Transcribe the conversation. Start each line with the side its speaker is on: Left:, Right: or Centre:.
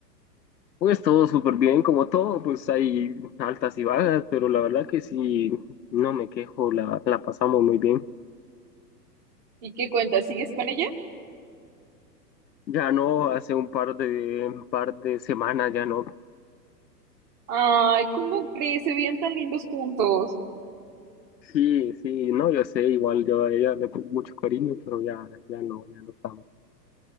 Left: Pues todo súper bien, como todo, pues hay altas y bajas, pero la verdad que sí, no me quejo, la, la pasamos muy bien.
Right: ¿Y qué cuentas? ¿Sigues con ella?
Left: Ya no, hace un par de, un par de semanas ya no.
Right: Ay, ¿cómo crees? Se veían tan lindos juntos.
Left: Sí, sí, no, yo sé, igual yo a ella le tengo mucho cariño, pero ya, ya no, ya no estamos.